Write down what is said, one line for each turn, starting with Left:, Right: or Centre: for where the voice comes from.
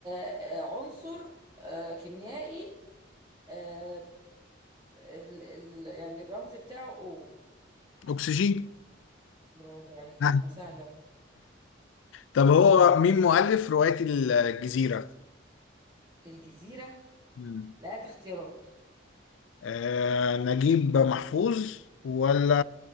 Right: آه، عنصر آه كيميائي آه ال ال يعني الرمز بتاعه او
Left: اكسجين
Right: برافو عليك
Left: ها
Right: ما سهلة
Left: طب هو مين مؤلف رواية الجزيرة؟
Right: الجزيرة
Left: مم.
Right: لا اختيارات
Left: آه نجيب محفوظ ولا